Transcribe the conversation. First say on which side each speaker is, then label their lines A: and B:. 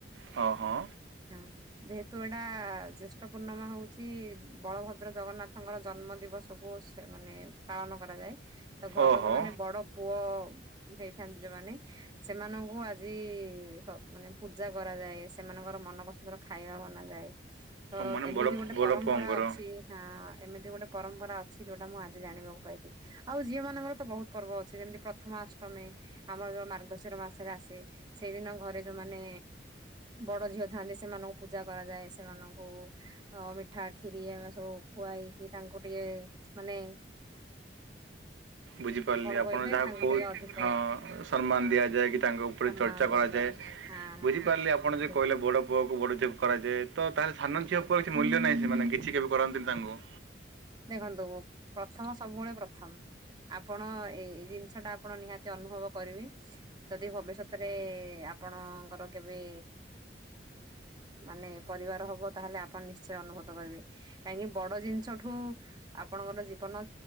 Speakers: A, on the right (about 80°); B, on the right (about 25°).
A: ହଁ ହଁ।
B: ହଁ ଯେହେତୁ ଏଇଟା ଜ୍ୟେଷ୍ଠ ପୂର୍ଣ୍ଣମା ହଉଚି ବଳଭଦ୍ର, ଜଗନ୍ନାଥ ତାଙ୍କର ଜନ୍ମ ଦିବସକୁ ସେ ମାନେ ପାଳନ କରାଯାଏ। ତ ଘରର
A: ଓହୋ
B: ଯୋଉ ମାନେ ବଡ ପୁଅ ହେଇଥାନ୍ତି ଯୋଉମାନେ ସେମାନଙ୍କୁ ଆଜି ମାନେ ପୂଜା କରାଯାଏ। ସେମାନଙ୍କର ମନ ପସ୍ ନ୍ଦର ଖାଇବା ବନାଯାଏ। ତ
A: ମାନେ
B: ଏମିତି
A: ବଡ଼
B: ଗୋଟେ
A: ବଡ଼
B: ପରମ୍ପରା
A: ପୁଅଙ୍କର
B: ଅଛି। ହାଁ ଏମିତି ଗୋଟେ ପରମ୍ପରା ଅଛି ଯୋଉଟା ମୁଁ ଆଜି ଜାଣିବାକୁ ପାଇଚି। ଆଉ ଝିଅ ମାନଙ୍କର ତ ବହୁତ ପର୍ବ ଅଛି ଯେମିତି ପ୍ରଥମାଅଷ୍ଟମୀ। ଆମର ଯୋଉ ମାର୍ଗଶିର ମାସେରେ ଆସେ। ସେଇଦିନ ଘରେ ଯୋଉମାନେ ବଡ ଝିଅ ଥାଆନ୍ତି ସେମାନଙ୍କୁ ପୂଜା କରାଯାଏ। ସେମାନଙ୍କୁ ହଁ ମିଠା ଖିରି ଏଆମା ସବୁ ଖୁଆଇକି ତାଙ୍କୁ ଟିକେ ମାନେ
A: ବୁଝିପାରିଲି
B: କଣ
A: ଆପଣ
B: କହିଲେ
A: ଯାହାକୁ
B: ତାଙ୍କୁ
A: କୋହୁ
B: ଟିକେ ଅଧିକ
A: ହଁ ସମ୍ମାନ ଦିଆଯାଏ କି ତାଙ୍କ ଉପରେ
B: ସମ୍ମାନ
A: ଚର୍ଚ୍ ଟା
B: ଦିଆଯାଏ
A: କରାଯାଏ।
B: ହଁ ହଁ
A: ବୁଝିପାରିଲି ଆପଣ
B: ଠିକ
A: ଯେ
B: ଠିକ
A: କହିଲେ ବଡ ପୁଅକୁ ବଡ ଝିଅକୁ କରାଯାଏ ତ ତାହେଲେ ସାନ
B: ହଁ
A: ଝିଅ
B: ହଁ
A: ଉପରେ କିଛି ମୂଲ୍ୟ ନାହିଁ ସେମାନେ କିଛି କେବେ କରନ୍ତିିନି ତାଙ୍କୁ।
B: ଦେଖନ୍ତୁ ପ୍ରଥମ ସବୁବେଳେ ପ୍ରଥମ୍। ଆପଣ ଏଇ ଜିନିଷ ଟା ଆପଣ ନିହାତି ଅନୁଭବ କରିବି। ଯଦି ଭବିଷ୍ୟତରେ ଆପଣଙ୍କର କେବେ ମାନେ ପରିବାର ହବ ତାହେଲେ ଆପଣ ନିଶ୍ଚୟ ଅନୁଭୂତ କରିବେ। କାହିଁକି ବଡ ଜିନ୍ ଷ ଠୁ ଆପଣଙ୍କର ଜୀବନ